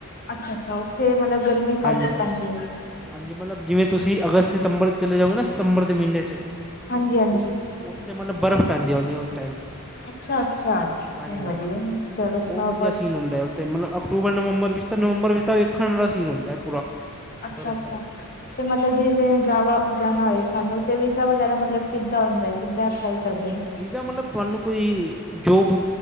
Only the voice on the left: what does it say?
ਅੱਛਾ-ਅੱਛਾ, ਉੱਥੇ ਮਤਲਬ ਗਰਮੀ
ਘੱਟ
ਪੈਂਦੀ ਹੈ।
ਹਾਂਜੀ ਹਾਂਜੀ।
ਅੱਛਾ-ਅੱਛਾ,
ਵਧੀਆ
ਚਲੋ ਸੁਣਾਓ
ਅੱਛਾ-ਅੱਛਾ,
ਤੇ ਮਤਲਬ ਜਿਵੇਂ ਜਾਵਾਂ ਜਾਣਾ ਹੋਵੇ ਸਾਨੂੰ, ਤਾਂ ਵੀਜ਼ਾ ਵਗੈਰਾ ਕਿੱਦਾਂ ਹੁੰਦਾ ਹੈ? ਮਤਲਬ ਵੀਜ਼ੇ ਲਈ ਕਿੱਦਾਂ ਅਪਲਾਈ ਕਰਦੇ ਨੇ?